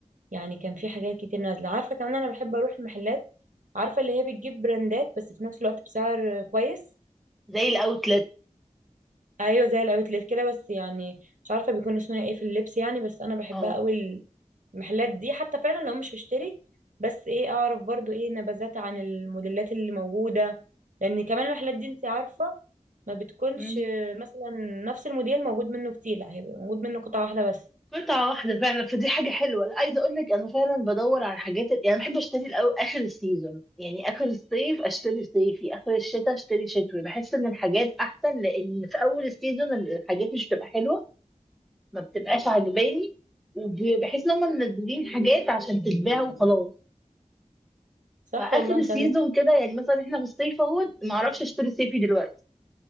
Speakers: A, on the right; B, in the centre.
A: يعني كان في حاجات كتير نازله عارفه كمان انا بحب اروح المحلات عارفه اللي هي بتجيب براندات بس في نفس الوقت بسعر آه، كويس
B: زي الاوتلت
A: ايوه زي الاوتلت كده بس يعني مش عارفه بيكون اسمها ايه في اللبس يعني بس انا بحبها
B: اه
A: قوي المحلات دي حتى فعلا لو مش هشتري بس ايه اعرف برضو ايه نبذات عن الموديلات اللي موجودة لان كمان المحلات دي انت عارفة ما بتكونش
B: مم.
A: مثلا نفس الموديل موجود منه كتير لا هيبقى موجود منه قطعة واحدة بس
B: قطعة واحدة فعلا فدي حاجة حلوة لا عايزة اقول لك انا فعلا بدور على حاجات ال- يعني بحب اشتري الاول اخر السيزون يعني اخر الصيف اشتري صيفي اخر الشتاء اشتري شتوي بحس ان الحاجات احسن لان في اول السيزون الحاجات مش بتبقى حلوة ما بتبقاش عجباني وبحس ان هم منزلين حاجات عشان تتباع وخلاص
A: صح
B: فاخر
A: والله
B: السيزون
A: انت عندك
B: كده يعني مثلا احنا في الصيف اهوت ما اعرفش اشتري صيفي دلوقتي